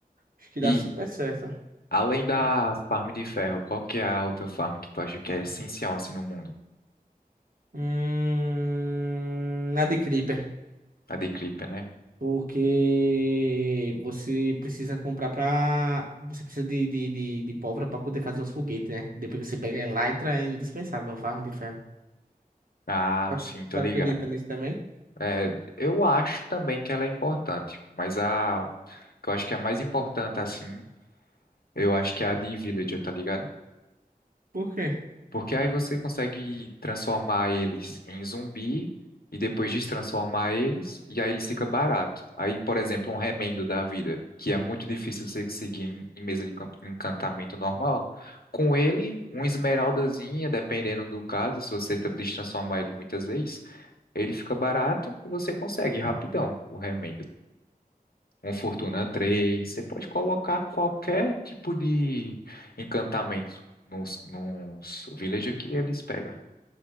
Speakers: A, on the right (about 65°); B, on the left (about 75°).
A: Acho que
B: E,
A: dá super certo.
B: Além da farm de ferro, qual que é a outra farm que tu acha que é essencial assim no mundo?
A: Hum, na de Creeper.
B: A de Creeper, né?
A: Porque você precisa comprar pra. Você precisa de, de, de, de pólvora pra poder fazer os foguetes, né? Depois que você pega a elytra, é indispensável uma farra de ferro.
B: Ah,
A: Tu ac-
B: sim, tô
A: tu acredita
B: ligado.
A: nisso também?
B: É, eu acho também que ela é importante, mas a que eu acho que é a mais importante assim, eu acho que é a de Villager, tá ligado?
A: Por quê?
B: Porque aí você consegue transformar eles em zumbi e depois destransformar eles, e aí eles fica barato. Aí, por exemplo, um remendo da vida, que é muito difícil você conseguir em, em mesa de camp- encantamento normal, com ele, uma esmeraldazinha, dependendo do caso, se você tra- destransformar ele muitas vezes, ele fica barato e você consegue rapidão o remendo. Um Fortuna três você pode colocar qualquer tipo de encantamento nos, nos villager que eles pegam.